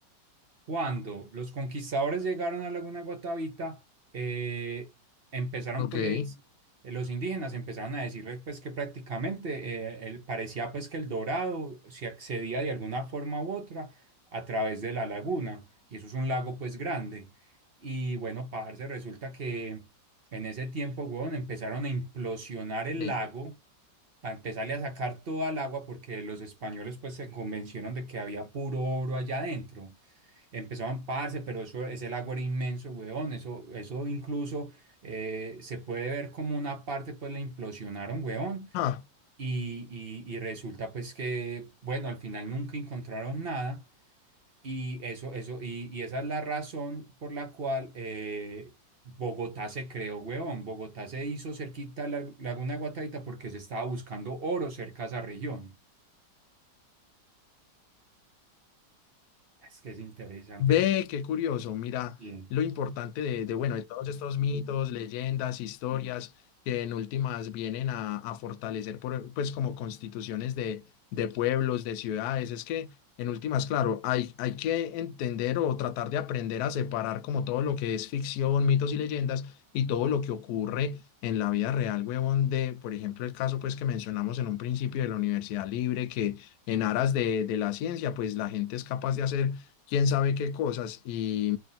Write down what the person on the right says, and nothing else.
Cuando los conquistadores llegaron a Laguna Guatavita, eh, empezaron
pues, eh, los indígenas empezaron a decirles pues que prácticamente eh, el- parecía pues que el Dorado se accedía de alguna forma u otra a través de la laguna, y eso es un lago pues grande. Y bueno, parce, resulta que en ese tiempo, huevón, empezaron a implosionar el
lago para empezarle a sacar toda el agua porque los españoles pues se convencieron de que había puro oro allá adentro. Empezaban, parce, pero eso, ese lago era inmenso, weón. Eso, eso incluso eh, se puede ver como una parte, pues la implosionaron, weón.
Y, y- y resulta, pues que, bueno, al final nunca encontraron nada. Y eso, eso, y, y esa es la razón por la cual eh, Bogotá se creó, weón. Bogotá se hizo cerquita a la Laguna de Guataita porque se estaba buscando oro cerca a esa región. Es que es interesante,
weón.
Sí.